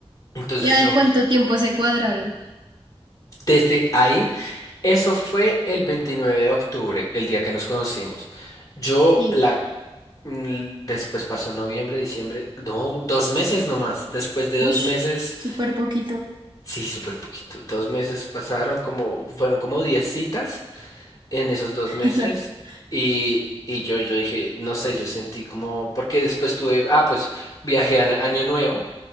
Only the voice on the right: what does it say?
¿Y al
cuánto tiempo se cuadraron?
Sí.
Ush,
súper poquito.
<laughs>